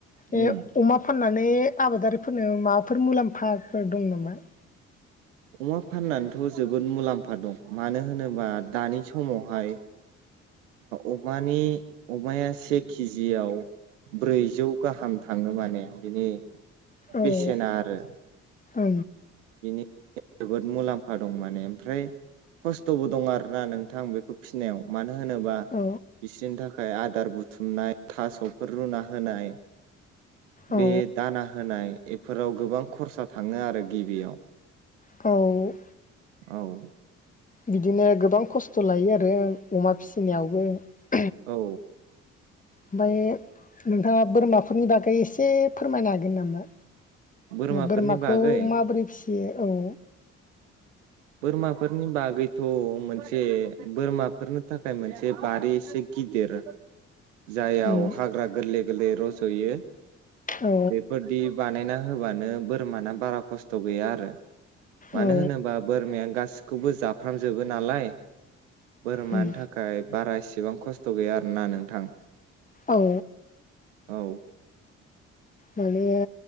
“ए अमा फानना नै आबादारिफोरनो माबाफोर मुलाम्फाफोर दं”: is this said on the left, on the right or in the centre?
Left